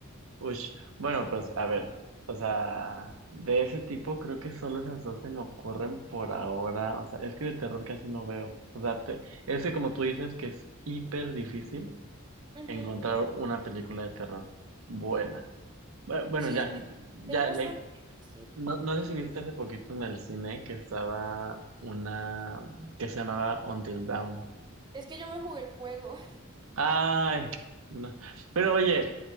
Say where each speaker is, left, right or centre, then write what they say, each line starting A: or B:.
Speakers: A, on the right (about 85°); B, on the right (about 20°).
A: Ush, bueno, pues a ver, o sea, de ese tipo creo que solo esas dos se me ocurren por ahora, o sea, es que de terror casi no veo, o sea, te- es que como tú dices que es hiper difícil
B: Ujú.
A: encontrar una película de terror buena. Bu- Bueno,
B: Sí,
A: ya,
B: es que
A: ya,
B: es bastante
A: ya,
B: difícil.
A: no, no sé si viste hace poquito en el cine que estaba una que se llamaba Until Dawn.
B: Es que yo me jugué el juego.
A: Ay, no. Pero oye,